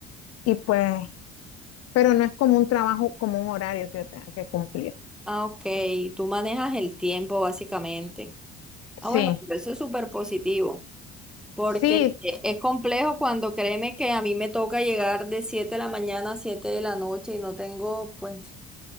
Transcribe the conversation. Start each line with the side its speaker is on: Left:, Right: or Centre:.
Left: y pues, pero no es como un trabajo, como un horario que yo tenga que cumplir.
Centre: Ah, ok, tú manejas el tiempo básicamente. Ah,
Left: Sí,
Centre: bueno, pero eso es súper positivo, porque
Left: sí,
Centre: es complejo cuando créeme que a mí me toca llegar de 7 de la mañana a 7 de la noche y no tengo, pues,